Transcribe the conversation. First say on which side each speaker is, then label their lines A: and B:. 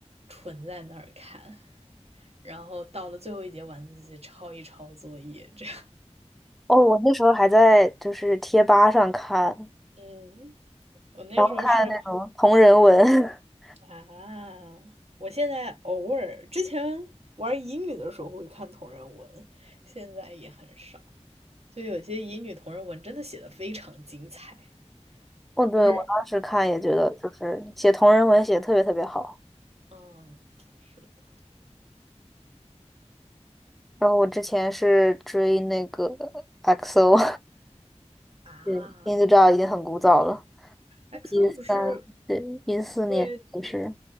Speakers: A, on the right; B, in the centre.
A: 纯在那儿看，然后到了最后一节晚自习抄一抄作业，这样。
B: 哦，我那时候还在就是贴吧上看，
A: 嗯，我那时候是
B: 然后看那种同人文。<laughs>
A: 啊，我现在偶尔之前玩乙女的时候会看同人文，现在也很少。就有些乙女同人文真的写的非常精彩，
B: 哦，对，
A: 就是
B: 我当时看也觉得，就是写同人文写得特别特别好。
A: 嗯，是的
B: 然后我之前是追那个 XO，<laughs>
A: 啊
B: 对，听就知道已经很古早了，
A: ，XO
B: 一三，
A: 不是
B: 对，一四年就是
A: 对